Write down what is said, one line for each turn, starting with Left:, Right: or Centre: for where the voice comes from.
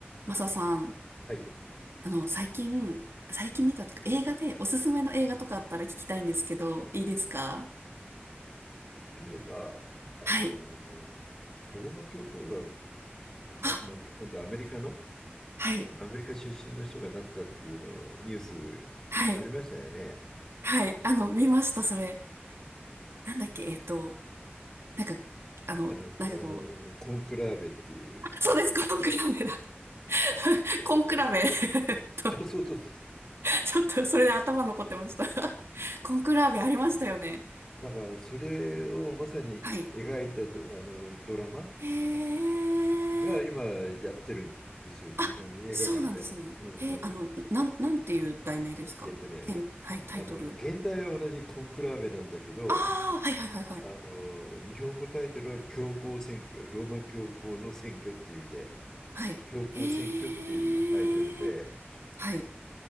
Right: マサさん、
Left: はい。
Right: あの、最近、最近見たっていうか、
Left: うん
Right: 映画で、おすすめの映画とかあったら聞きたいんですけど、いいですか
Left: 例えば、あの、
Right: はい。
Left: ローマ教皇がえー亡くなって、
Right: あ、
Left: 今度アメリカの、
Right: はい。
Left: アメリカ出身の人がなったっていうのをニュースありましたよね。
Right: はい。はい。あの、見ました、それ。なんだっけ、えっと、なんか、あの、
Left: あの、あのコンクラーベっていう。
Right: なんかこう、<laughs> あそうです、コンクラベだ。<laughs> コンクラベ <laughs> えっと、
Left: そうそうそうそう。
Right: なんか、ちょっと、それで頭残ってました。<laughs> コンクラベありましたよね。
Left: だからそれをまさに描いたド、
Right: はい。
Left: あのドラマ
Right: へー。
Left: が今やってるんですよ、じあの映画館で。
Right: あ、そうなんですね。
Left: うんうん。
Right: へえ、あの、なん、なんていう題名ですかテン、
Left: えっとね、
Right: はい、タイトル。
Left: あの現代は同じコンクラーベなんだけど、
Right: ああ、はいはいはいはい。
Left: あの、日本語タイトルは教皇選挙、ローマ教皇の選挙っていう意味で、
Right: はい。
Left: 教皇選挙っていうタイトルで、
Right: へえ。はい、